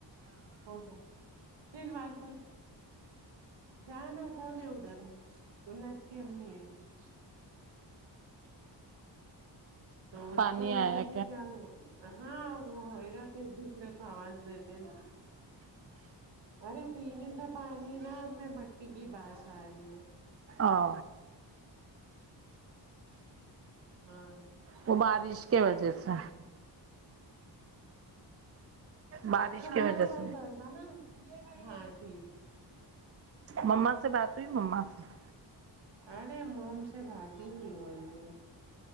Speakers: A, on the right (about 75°); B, on the right (about 35°).
A: ہوگا چین والال کون جانا کون ادر <unintelligible> وہچ کی امی ہے تو اس
B: پانی
A: کے وجہ
B: آیا
A: سے کیا ہو ہاں وہ ہوئے گا ایک دوسرے کو آواز دیتے نا ارے پینے کا پانی نا ہم میں مٹی کی بس آ رہی ہے <unintelligible>
B: آ <unintelligible>
A: ہاں <unintelligible>
B: وہ بارش کے وجہ سے بارش
A: تمہارا
B: کی وجہ
A: بند
B: سے
A: ہوئے گا نا ہاں <unintelligible>
B: مما سے بات ہوئی مما سے <unintelligible>
A: ارے موم سے بھاات نہیں ہو رہی ہے